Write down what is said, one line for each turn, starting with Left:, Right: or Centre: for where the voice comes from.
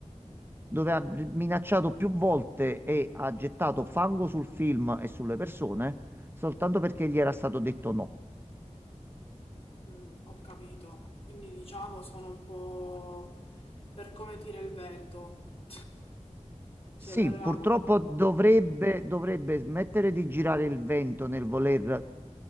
Right: dove ha minacciato più volte e ha gettato fango sul film e sulle persone, soltanto perché gli era stato detto no.
Left: Mm, ho capito. Quindi diciamo sono un po' per come tira il vento, cioè
Right: Sì,
Left: verrà
Right: purtroppo
Left: molto...
Right: dovrebbe, dovrebbe smettere di girare il vento nel voler